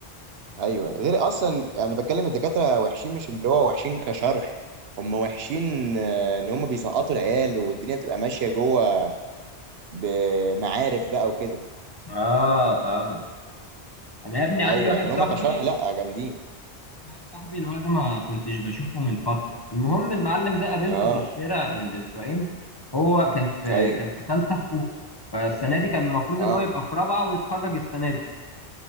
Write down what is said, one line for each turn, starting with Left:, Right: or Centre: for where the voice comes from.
Right: ايوه أيوه. غير اصلا انا بتكلم الدكاتره وحشين مش اللي هو وحشين كشرح هم وحشين آه، ان هم بيسقطوا العيال والدنيا بتبقى ماشيه جوه بمعارف بقى وكده
Left: اه فاهم انا يا ابني
Right: ايوه
Left: عندي واحد
Right: لكن
Left: صاحبي
Right: هم كشرح لا جامدين
Left: واحد صاحبي اللي هو ده ما كنتش بشوفه من فترة المهم المعلم ده قابلته
Right: اه
Left: في الشارع من أسبوعين هو كان في
Right: ايوه
Left: كان في ثالثة حقوق فالسنة دي كان المفروض
Right: اه
Left: إن هو يبقى في رابعة ويتخرج السنة دي